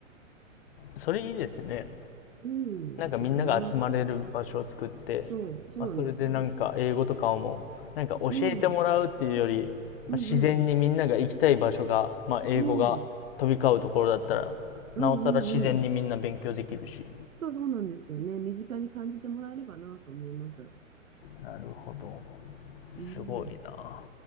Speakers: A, on the left (about 45°); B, on the right (about 85°).
A: それいいですね。
B: うん、
A: なんかみんなが集まれる場所を作って、
B: いいかなと思って。そう、そうなんですよ。
A: まあ、それでなんか英語とかも、なんか教えてもらうっていうより、
B: うん、うん、
A: まあ、
B: うん、
A: 自然にみんなが行きたい場所が、まあ、英語が飛び交うところだったら、
B: うん、うん、
A: なおさら自然にみんな勉強できるし。
B: うん、うん。そう、そうなんですよね。身近に感じてもらえればなと思います。
A: なるほど。
B: うん。
A: すごいな。